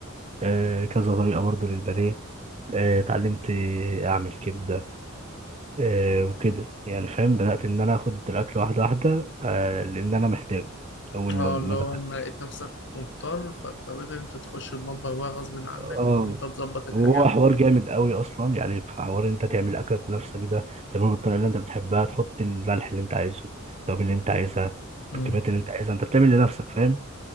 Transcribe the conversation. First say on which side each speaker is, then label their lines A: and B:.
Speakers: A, on the right; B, on the left.
A: آه كذا طريقة برضو للبانيه آه، اتعلمت آه، أعمل كبدة آه وكده يعني فاهم بدأت إن أنا آخد الأكل واحدة واحدة آه لأن أنا محتاج أول
B: اه
A: ما ما
B: اللي هو
A: دخلت
B: لما لقيت نفسك مضطر فاضطريت ان انت تخش المطبخ بقى غصب عنك
A: اه
B: وان انت تظبط الحاجات
A: وهو حوار جامد قوي اصلا يعني في حوار ان انت تعمل اكلك بنفسك ده تعمله بالطريقه اللي انت بتحبها تحط الملح اللي انت عايزه التوابل اللي انت عايزها
B: امم
A: بالكميات اللي انت عايزها انت بتعمل لنفسك فاهم